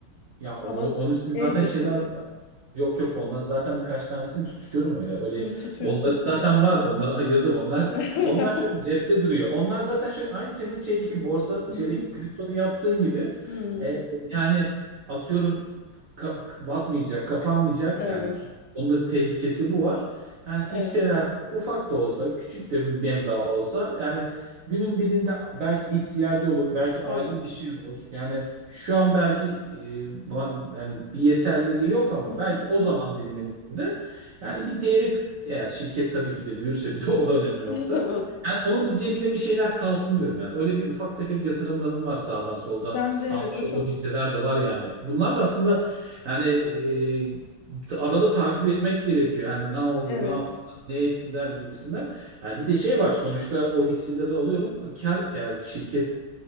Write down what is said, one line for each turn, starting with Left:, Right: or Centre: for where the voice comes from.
Right: Ya o-
Left: Ama
Right: onun için zaten
Left: ev dışında.
Right: şeyler yok yok onları zaten birkaç tanesini tutuyorum öyle. Öyle
Left: Hı, tutuyorsun
Right: onları
Left: değil
Right: zaten
Left: mi?
Right: var. Onları ayırdım. Onlar
Left: <laughs>
Right: onlar şöyle cepte duruyor. Onlar zaten şöyle aynı senin şeydeki borsa
Left: Hı,
Right: şeydeki kriptoda yaptığın gibi
Left: hı.
Right: e, yani atıyorum kap- batmayacak, kapanmayacak.
Left: Evet.
Right: Yani onun da tehlikesi bu var. Yani
Left: Evet.
Right: hisseler ufak da olsa, küçük de bir meblağ olsa yani günün birinde belki ihtiyacı olur, belki
Left: Evet.
Right: acil bir şey olur. Yani şu an belki e, ba- yani bir yeterliliği yok ama
Left: Hı
Right: belki
Left: hı.
Right: o zaman diliminde yani bir değeri eğer şirket tabii ki de büyürse bir de <laughs> o da önemli bir
Left: <laughs>
Right: nokta.
Left: O da.
Right: Yani onun bir cebine bir şeyler kalsın diyorum yani. Öyle bir ufak tefek yatırımlarım var sağdan soldan
Left: Bence evet
Right: almış
Left: o
Right: olduğum
Left: çok
Right: hisseler de var yani. Bunlar da aslında yani e, arada takip etmek gerekiyor. Yani ne oldu,
Left: evet.
Right: ne yaptılar, ne ettiler gibisinden. Yani bir de şey var sonuçta o hisseleri alıyorum. Kar eğer şirket